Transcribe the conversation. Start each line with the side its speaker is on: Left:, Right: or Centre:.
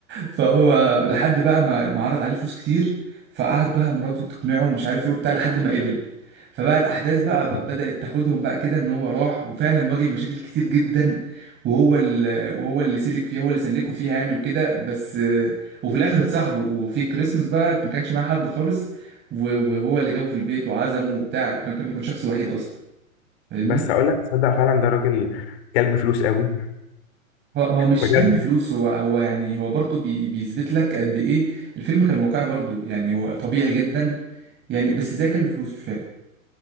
Right: فهو لحد بقى ما ما عرض عليه فلوس كتير فقعد بقى مراته تقنعه ومش عارف ايه وبتاع لحد ما قبل فبقى الاحداث بقى
Left: مم.
Right: ب- بدأت تاخدهم بقى كده ان هو راح وفعلا واجه مشاكل كتير جدا وهو اللي وهو اللي سلك فيها هو اللي سلكه فيها يعني وكده بس آه، وفي الاخر اتصاحبوا وفي كريسمس بقى ما كانش معاه حد خالص و- وهو اللي جابه في البيت وعزمه وبتاع ما كان كان شخص وحيد اصلا فاهمني
Left: بس اقول لك تصدق فعلا ده راجل كلب فلوس قوي
Right: هو هو مش
Left: بجد
Right: كلب فلوس هو هو يعني هو برضه بي بيثبت لك قد ايه الفيلم كان واقعي برضه يعني هو طبيعي جدا يعني بس زي كلب فلوس مش فاهم